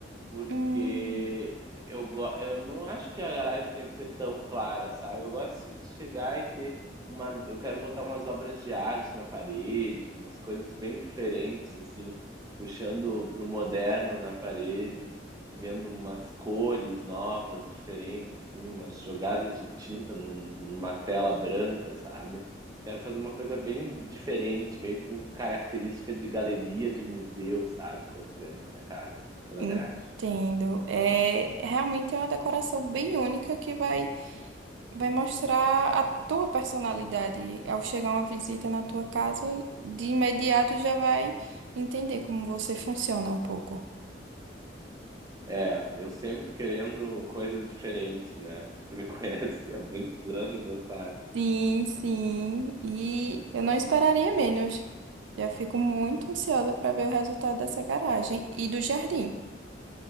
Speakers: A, on the right; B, on the right.
A: Porque
B: Hum.
A: eu, go- eu não acho que a garagem tenha que ser tão clara, sabe? Eu gosto assim, de chegar e ter umas. Eu quero botar umas obras de arte na parede, umas coisas bem diferentes, assim, puxando pro moderno na parede, vendo umas cores novas, diferentes, assim, umas jogadas de tinta num- numa tela branca, sabe? Quero fazer uma coisa bem diferente, meio com característica de galeria, de museu, sabe? Quando tu entra na casa, pela
B: Entendo.
A: garagem.
B: É, realmente é uma decoração bem única que vai, vai mostrar a tua personalidade. Ao chegar uma visita na tua casa, de imediato já vai entender como você funciona um pouco.
A: É, eu sempre querendo coisas diferentes, né? Você me <laughs> conhece há muitos anos, já sabe.
B: Sim, sim. E eu não esperaria menos. Já fico muito ansiosa para ver o resultado dessa garagem e do jardim.